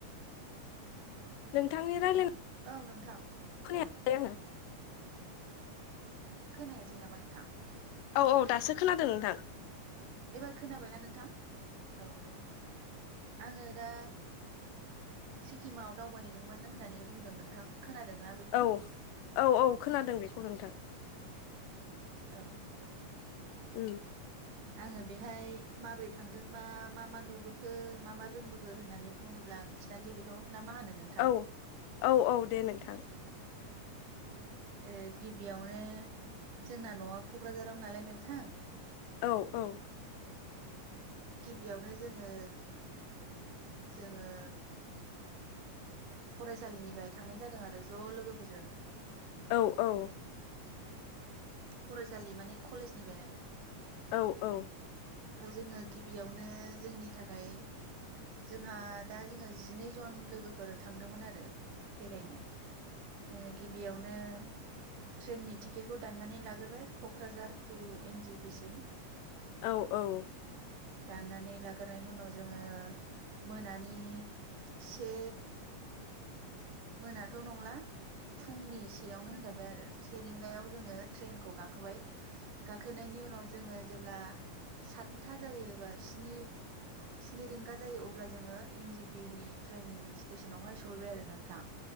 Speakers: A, on the left; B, on the right.
A: नोंथांनि रायलायनाय
B: औ नोंथां।
A: खै आंङो
B: खोनायासै नामा नोंथां?
A: औ औ दासो खोनादों नोंथां
B: एबार खोनाबायना नोंथां? औ आंङो दा सिक्किमाव दावबायहैदोंमोन होननानै बुंदों नोंथां। खोनादोंना बेखौ
A: औ औ औ खोनादों बेखौ नोंथां।
B: औ
A: उम
B: आङो बेहाय माबोरै थांदोंबा मा मा नुबोखो मा मा रोंबोखो होननानै बुङोब्ला आं खिसथानोसै बेखौ ना मा होनो नोंथां
A: औ औ औ दे नोंथां
B: ए गिबियावनो जोंना न'आ क'क्राझाराव नालाय नोंथां
A: औ औ
B: गिबियावनो जोङो जोङो फरायसालिनिफ्राय थांनाय जादों आरो ज' लोगोफोरजों
A: औ औ
B: फरायसालि माने कलेजनिफ्राय आरो
A: औ औ
B: जोङो गिबियावनो जोंनि थाखाय जोंहा दा जोङो जिनै जन लोगोफोर थांदोंमोन आरो बेरायनो ओ गिबियावनो ट्रेननि टिकेटखौ दनानै ला गोरबाय Kokrajhar to N G P सिम
A: औ औ
B: दाननानै लाग्रोनायनायनि उनाव जोङो मोनानि से मोनाथ' नंला फुंनि सेयावनो होनजाबाय आरो से रिंगायाव जोङो ट्रेनखौ गाखो खोबाय गाखोनायनि उनाव जोङो जे अब्ला सातथा जायो बा स्नि-स्नि रिंगा जायो अब्ला जोङो एन जिपि नि ट्रेन स्टेसनावहाय सहैबाय आरो नोंथां।